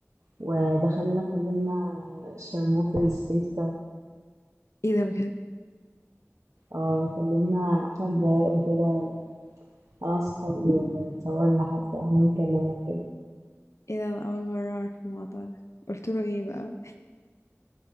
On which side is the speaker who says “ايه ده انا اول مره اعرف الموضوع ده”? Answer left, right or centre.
Left